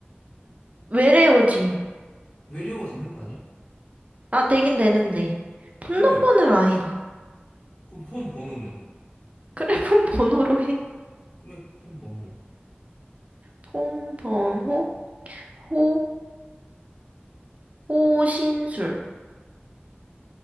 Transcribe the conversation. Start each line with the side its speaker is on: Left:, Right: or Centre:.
Right: 외래어지.
Left: 외래어가 되는 거 아니야?
Right: 아, 되긴 되는데. 폰
Left: 그래.
Right: 넘버는 아니다.
Left: 그 폰 번호는?
Right: 그래, 폰 번호로 해.
Left: 그래, 폰 번호.
Right: 폰 번호, 호, 호신술.